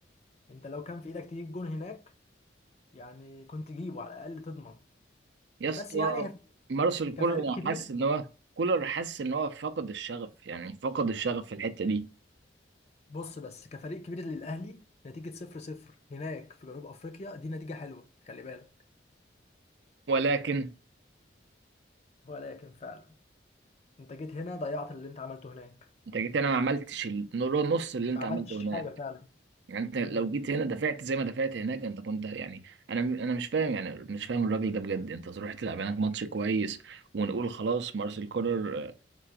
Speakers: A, on the left; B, on the right.
A: انت لو كان في ايدك تجيب جون هناك يعني كنت جيبه على الاقل تضمن
B: يا اسطى
A: بس يعني
B: مارسيل كولر
A: كفريق كبير
B: حاسس ان هو كولر حاسس ان هو فقد الشغف يعني فقد الشغف في الحته دي
A: بص بس كفريق كبير للاهلي نتيجه صفر صفر هناك في جنوب افريقيا دي نتيجه حلوه خلي بالك
B: ولكن
A: ولكن فعلا انت جيت هنا ضيعت اللي انت عملته هناك
B: انت جيت هنا ما عملتش النص اللي
A: ما
B: انت
A: عملتش
B: عملته هناك
A: حاجه فعلا
B: يعني انت لو
A: مم.
B: جيت هنا دفعت زي ما دفعت هناك انت كنت يعني انا انا مش فاهم يعني مش فاهم الراجل ده بجد انت تروح تلعب هناك ماتش كويس ونقول خلاص مارسيل كولر